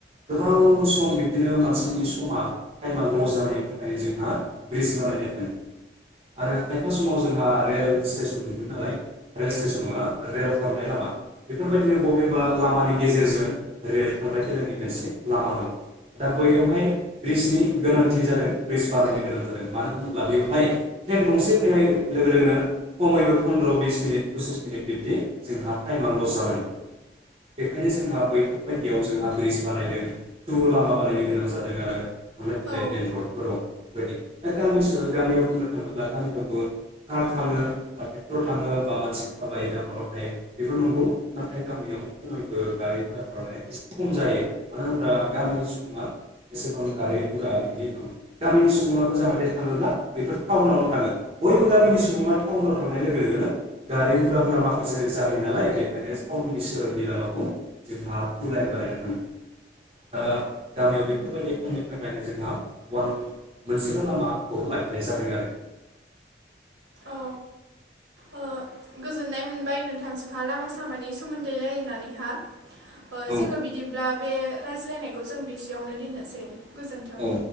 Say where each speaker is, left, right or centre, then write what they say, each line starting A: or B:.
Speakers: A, on the right; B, on the right.
A: गोबाव सम बिब्दिनो मानसिनि समा टाइमा लस जानायनि थाखायनो जोंहा ब्रिज बानायनाय जादों आरो खायफा समाव जोंहा रेल स्टेसन मोनगोन नालाय रेल स्टेसना रेल थानाय लामा बेफोरबायदिनो बबेबा लामानि गेजेरजों रेल थांलाय फैलायनि मोनसे लामा दं दा बैयावहाय ब्रिजनि गोनांथि जादों ब्रिज बारायनो गोनां जादों मानो होनोब्ला बेवहाय ट्रेन गंसे फैनाय लोगो लोगोनो खमैबो फन्द्र' बिस मिनिट पसिस मिनिट बिब्दि जोंहा टाइमा लस जादों बेखायनो जोंहा बैफोरबायदियाव जोंहा ब्रिज बानायदों टु लामा बानायनो गोनां जादों आरो थांलाय फैलाय
B: औ
A: मेन रडफोराव बेबायदि दा गामि ओनसोलाव गामियावनो थाङोला थाङो <unintelligible> थाङो हाथाइफोराव थाङो बा मानसि थाबाय बे बेफोर नंगौ नाथाय गामिनियाव बयबो गारि गरा सालायनाया एसे खम जायो। मानो होमब्ला गामिनि सुबुङा एसेबां गारि गुरा बि गामिनि सुबुङाबो जाहाथे थाङोब्ला बेफोर टाउनावनो थाङो बयबो गामिनि सुबुङा टाउनाव थांनाय लोगो लोगोनो गारि गुराफोरा माखा से जायो नालाय बेखायनो सोहोरनि लामाखौ जोंहा तु लाइन बानायना थांदों‌ ओ गामियाव बेफ बेफोरबायदि खमनि थाखायनो जोंहा मोनसेल लामाखौ लाखिनाय जादों आरो
B: औ ओ गोजोननाय मोनबाय नोंथांजोंहा लामा सामानि सोमोन्दै रायलायनानैहा ओ
A: औ
B: जोङो बिदिब्ला बे रायज्लायनायखौ जों बिसेयावनो दोननोसै गोजोन्थों
A: औ